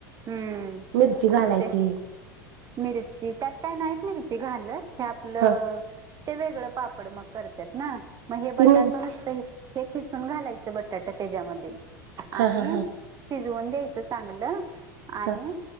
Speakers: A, on the right; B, on the right.
A: हम्म
B: मिरची घालायची.
A: मग ते मिरची त्यात काय नाहीत मिरची घालत हे आपलं
B: ह
A: ते वेगळं. पापड मग करत्यात ना मग हे
B: ती
A: बटाटे
B: मिरची
A: निघते ते किसू घालायचं बटाट त्याच्यामध्ये
B: हा
A: आणि
B: हा हा
A: शिजवून द्यायचं चांगलं आणि
B: ह